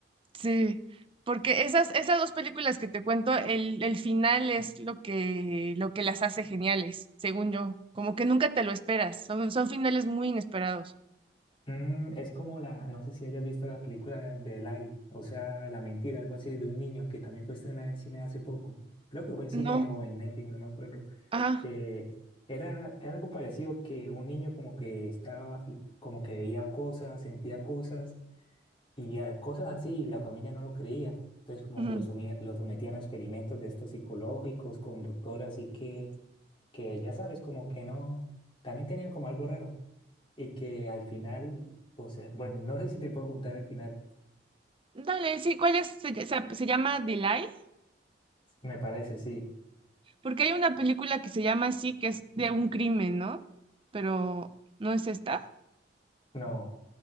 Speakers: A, on the right (about 30°); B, on the left (about 30°).
A: sí, porque esas, esas dos películas que te cuento, el, el final es lo que, lo que las hace geniales, según yo. Como que nunca te lo esperas, son, son finales muy inesperados.
B: Mm, es como la, no sé si hayas visto la película de Lie, o sea, La Mentira, algo así, de un niño que también fue estrenada en cine hace poco. Creo que fue en cine
A: No,
B: o en Netflix, no me acuerdo.
A: ajá.
B: Que era algo parecido que un niño como que estaba, como que veía cosas, sentía cosas y ah, cosas así, y la familia no lo creía. Entonces como
A: ujú.
B: que lo, sumía- lo sometían a experimentos de estos psicológicos con doctor, así que, que ya sabes, como que no, también tenían como algo raro y que al final, o sea, bueno, no sé si te puedo contar el final,
A: Dale, sí, ¿cuál es? Se, ll- se, se llama Delay,
B: me parece, sí.
A: porque hay una película que se llama así, que es de un crimen, ¿no? Pero, ¿no es esta?
B: No,